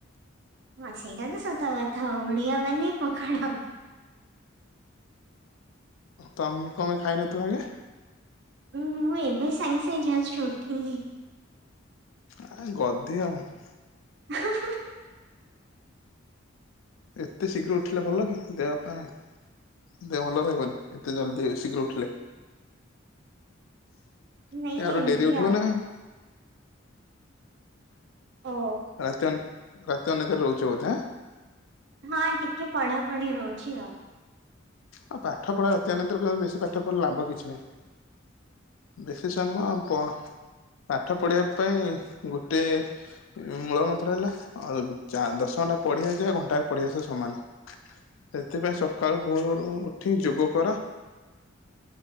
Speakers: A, on the right; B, on the left.
A: ହଁ ସେଇଟା ତ ସତଥ ଓଡ଼ିଆ ମାନେ ପଖାଳ।
B: ତମେ କଣ ପାଇଁ ଖାଇନଥିଲ?
A: ହଁ ମୁଁ ଏବେ ସାଙ୍ଗ ସାଙ୍ଗ ଜଷ୍ଟ୍ ଉଠିଲି।
B: ଗଧ
A: <inaudible>
B: ଏତେ ଶୀଘର ଉଠିଲେ ଭଲ କି ଦେହ ପାଇଁ। ଦେହ ଭଲ ରହିବନି, ଏତେ ଜଲ୍ଦି ଶିକିରି ଉଠିଲେ। ଟିକେ
A: ନ
B: ଆଉ ଟିକେ
A: ଏମିତି
B: ଡେରି ଉଠିବ
A: ଆଉ।
B: ନା
A: ଓ
B: ରାତି ଅନ ରାତି ଅନିଦ୍ରା ରହୁଚ ନାଁ।
A: ହଁ ଟିକେ ପଢା ପଢି ରହୁଛି ଆଉ।
B: ଆଉ ପାଠ ପଢା ରାନ ପର୍ନ୍ତ ବେଶୀ ପାଠ ପଢିଲା ଲାଭ କିଛି ନାହିଁ। ବେଶୀ ସମୟ ପାଠ ପଢିବା ପାଇଁ ଗୋଟେ ମୂଳ ମନ୍ତ୍ର ହେଲା ଆଉ ଦଶ ଘଣ୍ଟା ପଢି ଆସିବ ଘଣ୍ଟ ପଢି ଆସିବ ସମାନ। ସେଥିପାଇଁ ସକାଳୁ ଭୋର ଉଠି ଯୋଗ କର।